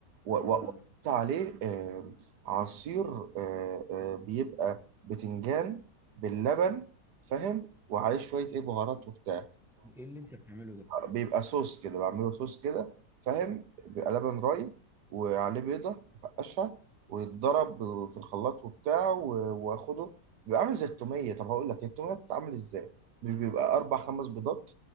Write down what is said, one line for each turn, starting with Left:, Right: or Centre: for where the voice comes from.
Right: و- و- واحط
Centre: أمم.
Right: عليه آه، عصير آه، آه، بيبقى بتنجان باللبن فاهم وعليه شويه ايه بهارات وبتاع
Centre: إيه اللي أنت بتعمله ده
Right: بيبقى صوص كده بعمله صوص كده فاهم بيبقى لبن رايب وعليه بيضة بفقشها ويتضرب في الخلاط وبتاع و- واخده بيبقى عامل زي التومية طب هقول لك هي التومية بتتعمل ازاي مش بيبقى أربع خمس بيضات